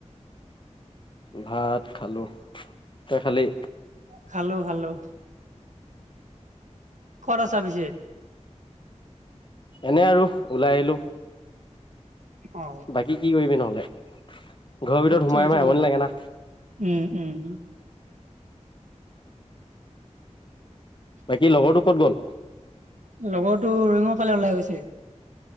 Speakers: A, on the left; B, on the right.
A: ভাত খালো, তই খালি?
B: খালো খালো। ক'ত আছা পিছে?
A: এনে আৰু ওলাই আহিলো
B: অ
A: বাকী কি কৰিবি নহ'লে? ঘৰৰ ভিতৰত
B: সেইটোয়েতো
A: সোমাই -সোমাই আমনি লাগে না
B: উম উম
A: বাকী লগৰটো ক'ত গ'ল।
B: লগৰটো ৰৈঙৰ ফালে ওলাই গৈছে।